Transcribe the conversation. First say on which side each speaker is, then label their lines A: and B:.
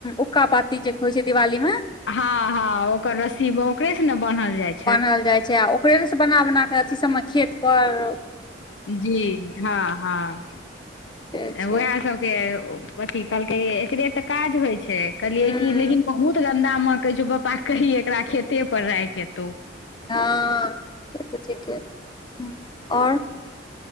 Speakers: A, on the left; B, on the left.
A: उक्का पाती जे होइ छै दिवाली मे
B: हँ हँ ओकर रस्सीद ओकरे से ने बानहल जाय छै
A: बान्हल जाइ छै आ ओकरे नेसँ बना बना कऽ अथिी सभमे खेतपर
B: जी हँ हँ
A: से छै
B: उएह सब से अथी कहलकै एकरे तऽ काज होइ छै कहलिय
A: हूँ
B: कि लेकिन बहुत गन्दा माँ कहै छैौ पप्पा कहहिी एकरा खेते पर राख हेतौ
A: ह ठीक ठ आओर